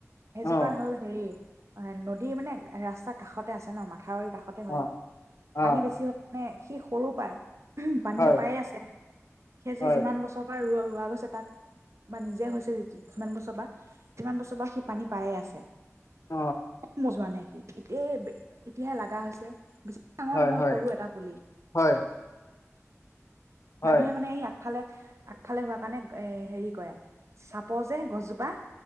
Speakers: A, on the right; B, on the left.
A: সেইজোপা
B: অ
A: হ'ল হেৰি অ, নদী মানে ৰাস্তাৰ কাষতে আছে ন, আমাৰ মথাউৰি কাষতে হয়,
B: অ অ',
A: পানী বেছি হয় মানে সি সৰু পায় পানীতো
B: হয়,
A: পায়ে আছে। আজি
B: হয়,
A: যিমান বছৰ ৰ ৰোৱা গৈছে তাক বা নিজে হৈছে যে যিমান বছৰ বা সিমান বছৰ বা সি পানী পায়ে আছে
B: অ
A: যোৱা নাই সি এতিয এতিয়াহে লাগা হৈছে ডাঙৰ
B: হয়,
A: নহয়
B: হয়,
A: সৰু এটা পুলি
B: হয়, হয়,
A: মানুহে মানে ইয়াক আগফালে আগফালে হোৱা কাৰণে এ হেৰি কয় চাপৰ যে গছজোপা